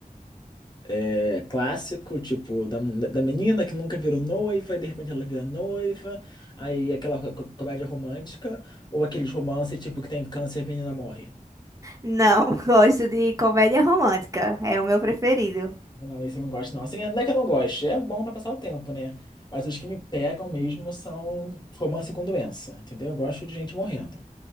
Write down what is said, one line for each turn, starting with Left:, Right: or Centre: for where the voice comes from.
Left: é, clássico, tipo, da, da menina que nunca virou noiva e de repente ela vira noiva, aí aquela co- comédia romântica, ou aqueles romance tipo que tem câncer e a menina morre.
Right: Não, <laughs> gosto de comédia romântica, é o meu preferido.
Left: Não, esse eu não gosto, não. Assim, não é que eu não goste, é bom pra passar o tempo, né? Mas os que me pegam mesmo são romance com doença, entendeu? Eu gosto de gente morrendo.